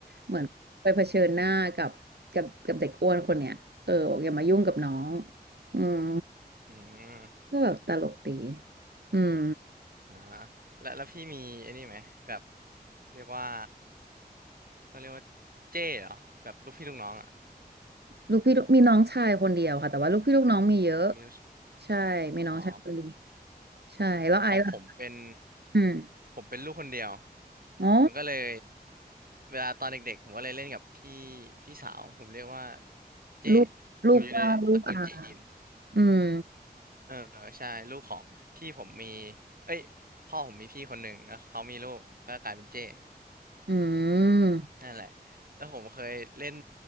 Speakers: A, on the right; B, on the right.
A: เหมือนไปเผชิญหน้ากับกับกับเด็กอ้วนคนเนี้ยเออบอกอย่ามายุ่งกับน้องอืม
B: อืม
A: <laughs> ก็แบบตลกดีอืม
B: อ่าแล้วแล้วพี่มีไอ้นี่ไหมแบบเรียกว่าต้องเรียกว่าเจ้เหรอแบบลูกพี่ลูกน้องอ่ะ
A: ลูกพี่ลูกมีน้องชายคนเดียวค่ะแต่ว่าลูกพี่ลูกน้องมีเยอะ
B: ผมมี
A: ใช่มีน้องชายคนเดียว
B: อ๋อ
A: ใช่แล้วไอซ์ล่ะ
B: ของผมเป็น
A: อืม
B: ผมเป็นลูกคนเดียว
A: อ๋อ
B: มันก็เลยเวลาตอนเด็กๆผมก็เลยเล่นกับพี่พี่สาวผมเรียกว่าเจ้
A: ลูกลูกป้าลูกอา
B: ผมอยู่ในตระกูลจีน
A: อืม
B: เออใช่ลูกของพี่ผมมีเอ้ยพ่อผมมีพี่คนหนึ่งแล้วเขามีลูกก็กลายเป็นเจ้
A: อืม
B: นั่นแหละ แล้วผมเคยเล่น